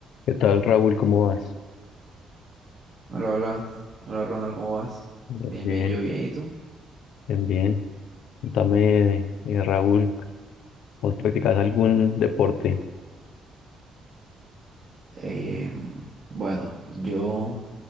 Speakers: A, on the left; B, on the right.
A: ¿Qué tal, Raúl? ¿Cómo vas?
B: Hola, hola. Hola, Ronald, ¿cómo vas?
A: Bien,
B: Bien, bien, yo bien, ¿y tú?
A: bien, bien. Cuéntame, eh, Raúl, ¿vos practicás algún deporte?
B: Em, bueno, yo